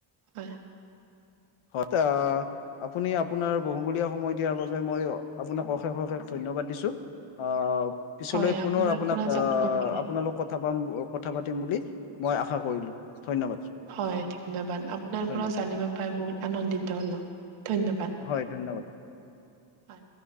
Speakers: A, on the right (about 80°); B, on the left (about 75°).
A: হয়।
B: হয়, টা <inaudible> আপুনি আপোনাৰ বহুমূলীয়া সময় দিয়াৰ বাবে মই অশেষ অশেষ ধন্যবাদ দিছোঁ অ, পিছলৈ
A: হয়
B: পুনৰ
A: আপোনাৰ
B: আপোনাক
A: পৰা
B: আহ,
A: জানিব পাৰি
B: আপোনাৰ লগত ক পাম কথা পাতিম বুলি মই আশা কৰিলো ধন্যবাদ।
A: হয় ধন্যবাদ, আপোনাৰ
B: ধন্যবাদ
A: পৰা জানিব পাই বহুত আনন্দিত হলো ধন্যবাদ।
B: হয় ধন্যবাদ।
A: হয়।